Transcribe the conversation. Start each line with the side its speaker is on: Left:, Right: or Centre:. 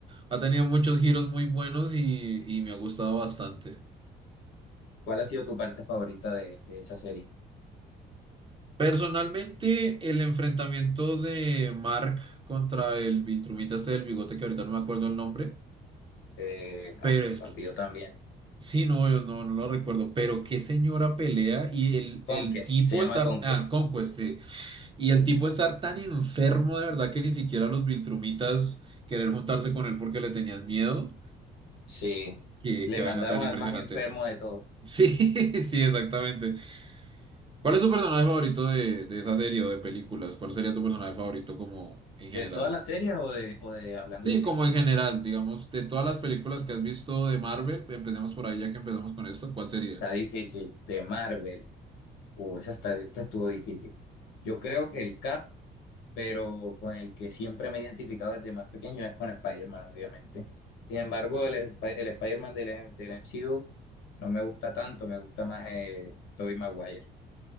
Right: Ha tenido muchos giros muy buenos y, y me ha gustado bastante.
Left: ¿Cuál ha sido tu parte favorita de, de esa serie?
Right: Personalmente, el enfrentamiento de Mark contra el Viltrumita este del bigote, que ahorita no me acuerdo el nombre,
Left: Eh, ah,
Right: pero
Left: se
Right: es
Left: me
Right: que,
Left: olvidó también.
Right: sí, no, yo no, no lo recuerdo, pero qué señora pelea y el, el
Left: Conquest,
Right: tipo
Left: se llama
Right: estar,
Left: Conquest.
Right: ah, Conquest, sí, y
Left: Sí,
Right: el tipo estar tan enfermo de verdad que ni siquiera los Viltrumitas querer juntarse con él porque le tenían miedo,
Left: sí.
Right: que
Left: Le
Right: qué qué
Left: mandaron
Right: vaina tan impresionante.
Left: al más enfermo de todo,
Right: Sí, <laughs> sí, exactamente. ¿Cuál es tu personaje favorito de, de esa serie o de películas? ¿Cuál sería tu personaje favorito como en general?
Left: de todas las series o de, o de hablando
Right: Sí,
Left: de Invencible.
Right: como en general, digamos, de todas las películas que has visto de Marvel, empecemos por ahí ya que empezamos con esto, ¿cuál sería?
Left: Está difícil, de Marvel. Uh, esa, está- esta estuvo difícil. Yo creo que el Cap, pero con el que siempre me he identificado desde más pequeño es con Spider-Man, obviamente. Sin embargo,
Right: No.
Left: el, Sp- el Spider-Man del, del MCU no me gusta tanto, me gusta más eh, Tobey Maguire.